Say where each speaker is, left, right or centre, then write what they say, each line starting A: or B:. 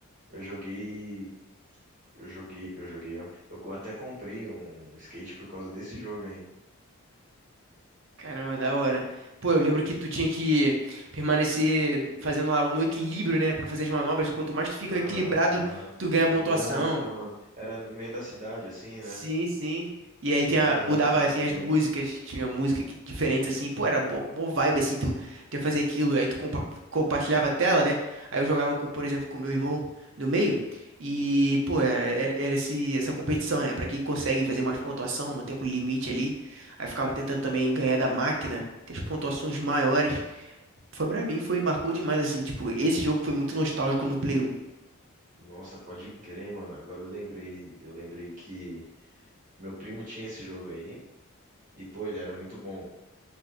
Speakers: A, on the right; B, on the right.
A: eu joguei. Eu joguei, eu joguei, ó. Eu co- até comprei um skate por causa desse jogo aí.
B: caramba, da hora. Pô, eu lembro que tu tinha que permanecer fazendo lá no equilíbrio, né, pra fazer as manobras, quanto mais tu fica
A: Aham,
B: equilibrado,
A: aham.
B: tu ganha pontuação.
A: Nossa, mano. Era no meio da cidade, assim,
B: Sim,
A: né?
B: sim. E aí tinha,
A: Aham,
B: mudava
A: pode
B: assim
A: crer.
B: as músicas, tinha música que, diferente assim, pô, era boa, vibe assim, tu tu ia fazer aquilo, aí tu compa- compartilhava a tela, né? Aí eu jogava com, por exemplo, com meu irmão no meio, e pô, era, era, era esse, essa competição, né? Pra quem consegue fazer mais pontuação no tempo limite ali. Aí eu ficava tentando também ganhar da máquina, ter as pontuações maiores. Foi pra mim, foi, marcou demais, assim, tipo, esse jogo foi muito nostálgico no Play 1.
A: Nossa, pode crer, mano. Agora eu lembrei, eu lembrei que meu primo tinha esse jogo aí e pô, ele era muito bom.